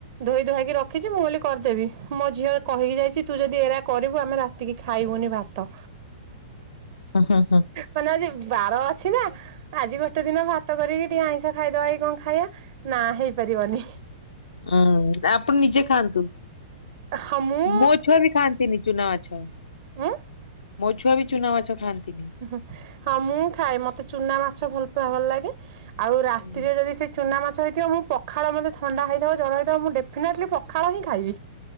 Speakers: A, on the right; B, on the left.
A: ଧୋଇ ଧୁଆ କି ରଖ କିଛି ମୁଁ ବୋଲି କରିଦେବି ମୋ ଝିଅ କହିକି ଯାଇଛି ତୁ ଯଦି ଏରା କରି ଇବୁ ଆମେ ରାତିକି ଖାଇବୁନି ଭାତ।
B: ହୁଁ ହୁଁ ହୁଁ।
A: ମାନେ ଆଜି ବାର ଅଛି ନା ଆଜି ଗୋଟେ ଦିନ ଭାତ ତ କରିକି ଟିକେ ଆଇଁଷ ଖାଇଦବା କି କଣ ଖାଇବା ନା ହେଇପାରିବନି।
B: ହୁଁ ଆପଣ ନିଜେ ଖାଆନ୍ତୁ।
A: ହଁ ମୁଁ
B: ମୋ ଛୁଆ ବି ଖାଆନ୍ତି ନି। ଚୁନା ମାଛ।
A: ଆଁ।
B: ମୋ ଛୁଆ ବି ଚୁନା ମାଛ ଖାଆନ୍ତିନି।
A: ଉଁହୁଁ ହଁ ମୁଁ ଖାଏ ମତେ ଚୁନା ମାଛ ଭଲ ପା ଭଲ ଲାଗେ ଆଉ ରାତିରେ
B: ହୁଁ।
A: ଯଦି ସେ ଚୁନା ମାଛ ହେଇଥିବ ମୁଁ ପଖାଳ ମୋତେ ଥଣ୍ଡା ହେଇଥାଉ ଜର ହେଇଥାଉ ମୁଁ ଡେଫିନେଟଲି ପଖାଳ ହିଁ ଖାଇବି।